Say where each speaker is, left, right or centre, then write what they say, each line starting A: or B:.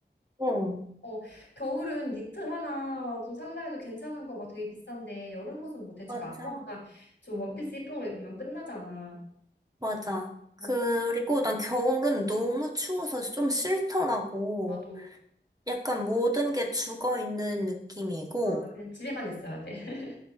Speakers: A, on the right (about 20°); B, on the left (about 70°).
A: 어,
B: 어, 겨울은 니트 하나 좀 살라 해도 괜찮은 거 막 되게 비싼데 여름 옷은 뭐 대충
A: 맞아.
B: 아무거나 좀 원피스 예쁜 거 입으면 끝나잖아.
A: 맞아.
B: 뭐
A: 그리고 난 겨울은 너무 추워서 좀 싫더라고.
B: 나도
A: 약간 모든 게 죽어 있는 느낌이고,
B: 나도 그냥 집에만 있어야 돼. <laughs>